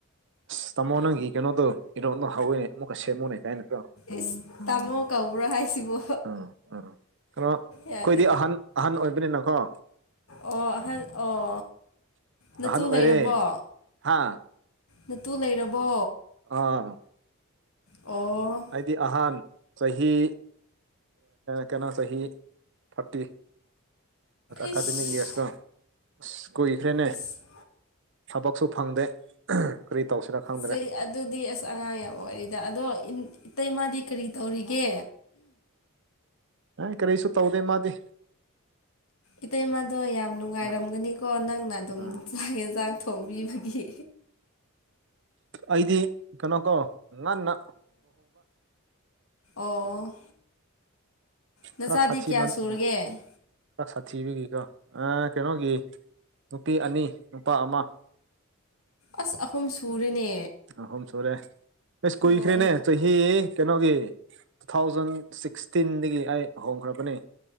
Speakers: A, on the right; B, on the left.
A: ꯑꯁ ꯇꯥꯃꯣ ꯅꯪꯒꯤ ꯀꯩꯅꯣꯗꯣ ꯏꯔꯣꯟꯗꯣ ꯍꯥꯎꯏꯅꯦ ꯑꯃꯨꯛꯀ ꯁꯦꯝꯃꯨꯅꯦ ꯀꯥꯏꯅ ꯀꯣ
B: ꯏꯁ ꯇꯥꯃꯣ ꯀꯧꯕ꯭ꯔꯣ ꯍꯥꯏꯁꯤꯕꯣ
A: ꯎꯝ ꯎꯝ ꯀꯩꯅꯣ ꯑꯩꯈꯣꯏꯗꯤ
B: ꯌꯥꯗꯦ
A: ꯑꯍꯟ ꯑꯍꯟ ꯑꯣꯏꯕꯅꯤꯅꯀꯣ
B: ꯑꯣ ꯑꯍꯟ ꯑꯣ ꯅꯇꯨ
A: ꯑꯍꯟ ꯑꯣꯏꯔꯦ
B: ꯂꯩꯔꯕꯣ
A: ꯍꯥ
B: ꯅꯇꯨ ꯂꯩꯔꯕꯣ
A: ꯑꯥ
B: ꯑꯣ
A: ꯗꯤ ꯑꯍꯥꯟ ꯆꯍꯤ ꯀꯩꯅꯣ ꯆꯍꯤ ꯊꯥꯔꯇꯤ ꯑꯦꯀꯥꯗꯃꯤꯛ
B: ꯏꯁ
A: ꯏꯌꯥꯔꯁꯀꯣ ꯑꯁ ꯀꯨꯏꯈ꯭ꯔꯦꯅꯦ
B: ꯑꯁ
A: ꯊꯕꯛꯁꯨ ꯐꯪꯗꯦ ꯀꯔꯤ ꯇꯧꯁꯤꯔꯥ ꯈꯪꯗ꯭ꯔꯦ
B: ꯆꯩ ꯑꯗꯨꯗꯤ ꯑꯁ ꯑꯉꯥꯡ ꯌꯥꯝ ꯑꯣꯏꯔꯤꯗ ꯑꯗꯣ ꯏꯇꯩꯃꯗꯤ ꯀꯔꯤ ꯇꯧꯔꯤꯒꯦ
A: ꯑ ꯀꯔꯤꯁꯨ ꯇꯧꯗꯦ ꯃꯗꯤ
B: ꯏꯇꯩꯃꯥꯗꯣ ꯌꯥꯝ ꯅꯨꯡꯉꯥꯏꯔꯝꯒꯅꯤꯀꯣ
A: ꯎꯝ
B: ꯅꯪꯅ ꯑꯗꯨꯝ
A: ꯎꯝ
B: ꯆꯥꯡ ꯑꯦꯟꯁꯥꯡ ꯊꯣꯡꯕꯤꯕꯒꯤ
A: ꯑꯩꯗꯤ ꯀꯩꯅꯣ ꯀꯣ ꯅꯟꯅ
B: ꯑꯣ ꯅꯆꯥꯗꯤ
A: ꯀꯔꯥꯛ ꯁꯥꯇꯤ
B: ꯀꯌꯥ
A: ꯃꯥꯟ
B: ꯁꯨꯔꯒꯦ
A: ꯎ ꯁꯥꯊꯤꯕꯒꯤꯀꯣ ꯀꯩꯅꯣꯒꯤ ꯅꯨꯄꯤ ꯑꯅꯤ ꯅꯨꯄꯥ ꯑꯃ
B: ꯑꯁ ꯑꯍꯨꯝ ꯁꯨꯔꯦꯅꯦ
A: ꯑꯍꯣꯝ ꯁꯨꯔꯦ ꯏꯁ ꯀꯨꯏꯈ꯭ꯔꯦꯅꯦ
B: ꯂꯣꯟ
A: ꯆꯍꯤ ꯀꯩꯅꯣꯒꯤ ꯇꯨ ꯊꯥꯎꯖꯟ ꯁꯤꯛꯁꯇꯤꯟꯗꯒꯤ ꯑꯩ ꯍꯣꯡꯈ꯭ꯔꯕꯅꯤ